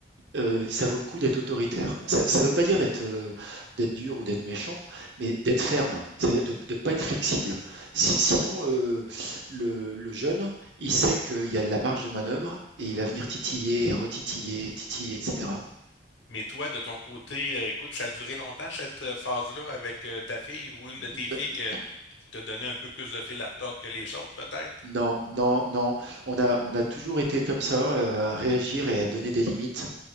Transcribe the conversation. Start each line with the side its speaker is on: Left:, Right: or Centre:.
Right: euh, ça vaut le coup d'être autoritaire. Ça ne veut pas dire d'être euh, d'être dur ou d'être méchant, mais d'être ferme, de ne pas être flexible. Si- sinon, euh, le, le jeune, il sait qu'il y a de la marge de manœuvre et il va venir titiller, retitiller, titiller, etc.
Left: Mais toi, de ton côté, euh, écoute, ça a duré longtemps cette euh, phase-là avec euh, ta fille ou une
Right: N-
Left: de tes filles que- qui t'a donné un peu plus de fil à retordre que les autres, peut-être?
Right: Non, non, non. On a, on a toujours été comme ça, euh, à réagir et à donner des limites.